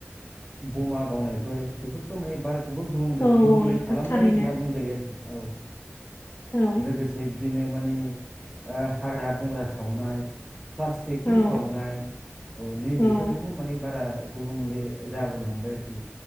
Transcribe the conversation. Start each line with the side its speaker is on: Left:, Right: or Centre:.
Centre: ब'मा गावनायफोर बेफोरखौ माने बार खौ गुबुंले
Left: औ
Centre: गुबुंले
Left: नोंथां
Centre: खालामदों
Left: थारैनो
Centre: होनना बुंजायो आरोखि। औ
Left: औ
Centre: लोगोसे बिदिनो मानि हाग्रा बंग्रा सावनाय प्लास्टिकफोर
Left: औ
Centre: सावनाय औ नैबेफोरजोंबो
Left: औ
Centre: माने बारा गुबुंले जाबोनो हमबाय आरोखि।